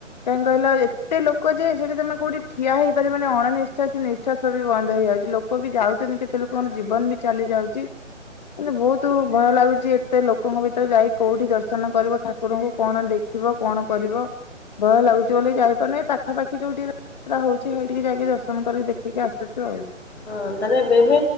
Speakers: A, on the left; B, on the left.
A: କାହିଁ କହିଲା ଏତେ ଲୋକ ଯେ ସେଠି ତମେ କୋଉଠି ଠିଆ ହେଇପାରିବନି ଅଣନିଶ୍ଵା ନିଶ୍ୱାସ ବି ବନ୍ଦ ହେଇଯାଉଛି ଲୋ କ ବି ଯାଉଛନ୍ତି କେ ତେ ଲୋକଙ୍କ ଜୀବନ ବି ଚାଲି ଯାଉଛି କିନ୍ତୁ ବହୁତ ଭୟ ଲାଗୁଛି ଏତେ ଲୋକଙ୍କ ଭିତରେ ଯାଇ କୋଉଠି ଦର୍ଶନ କରିବ ଠାକୁରଙ୍କୁ କଣ ଦେଖିବ କଣ କରିବ। ଭୟ ଲାଗୁଛି ବୋଲି ଯାଇପାରୁନିଁ ପାଖାପାଖି ଯୋଉଠି ତୁରା ହଉଛି ହଇ ଟିକି ଯାଇକି ଦର୍ଶନ କରିକି ଦେଖିକି ଆସୁଛୁ ଆଉ।
B: ହଁ ତାହେଲେ ଏବେ ବି